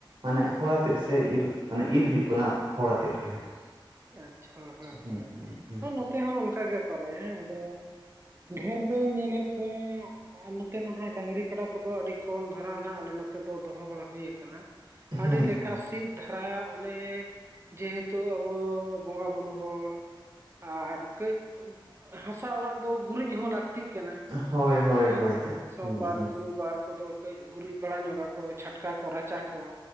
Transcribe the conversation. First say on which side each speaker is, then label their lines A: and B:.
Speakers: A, on the right; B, on the right.
A: ᱢᱟᱱᱮ ᱦᱚᱲᱟ ᱛᱮᱫ ᱥᱮ ᱤᱨ ᱢᱟᱱᱮ ᱤᱨ ᱦᱩᱭᱩᱜ ᱠᱟᱱᱟ ᱦᱚᱲ ᱟᱛᱮᱫ ᱜᱮ ᱦᱟᱸᱜ᱾
B: ᱟᱪᱪᱷᱟ ᱦᱳᱭ
A: ᱦᱩᱸ ᱦᱩᱸ
B: ᱦᱳᱭ ᱱᱚᱛᱮ ᱦᱚᱸ ᱚᱱᱠᱟ ᱜᱮ ᱯᱟᱨᱟᱭᱟ ᱟᱫᱚ᱾ ᱰᱷᱮᱨ ᱫᱚᱧ ᱧᱮᱞᱮᱫ ᱠᱚᱣᱟ᱾ ᱟᱨ ᱱᱚᱛᱮ ᱢᱟ ᱦᱟᱸᱜ ᱰᱟᱝᱨᱤ, ᱠᱟᱰᱟ, ᱠᱚᱫᱚ ᱟᱹᱰᱤ ᱠᱚᱢ ᱫᱷᱟᱨᱟ ᱱᱟᱦᱟᱜ ᱟᱞᱮ ᱱᱚᱛᱮ ᱫᱚᱦᱚ ᱵᱟᱲᱟ ᱦᱩᱭ ᱟᱠᱟᱱᱟ᱾
A: ᱦᱩᱸ
B: ᱟᱹᱰᱤ
A: ᱦᱩᱸ
B: ᱞᱮᱠᱟ ᱥᱤᱫ ᱫᱷᱟᱨᱟ ᱚᱱᱮ ᱡᱮᱦᱮᱛᱩᱼᱼ ᱵᱚᱸᱜᱟ ᱵᱩᱨᱩ ᱦᱚᱲ ᱟᱨ ᱠᱟᱹᱡ ᱦᱟᱥᱟ ᱚᱲᱟᱜ ᱫᱚ ᱜᱩᱨᱤᱡ ᱦᱚᱸ ᱞᱟᱜ ᱞᱟᱹᱠᱛᱤᱜ ᱠᱟᱱᱟ
A: ᱦᱳᱭ ᱦᱳᱭ
B: ᱦᱮᱸ
A: ᱦᱳᱭ ᱦᱳᱭ
B: ᱪᱮ ᱥᱚᱢᱵᱟᱨ,
A: ᱦᱩᱸ ᱦᱩᱸ
B: ᱜᱩᱨᱩᱵᱟᱨ, ᱠᱚᱫᱚᱼᱼᱼ ᱠᱟᱹᱡ ᱜᱩᱨᱤᱡ ᱵᱟᱲᱟ ᱧᱚᱜᱼᱟᱠᱚ ᱪᱷᱟᱴᱠᱟ, ᱠᱚ ᱨᱟᱪᱟ, ᱠᱚᱼᱼ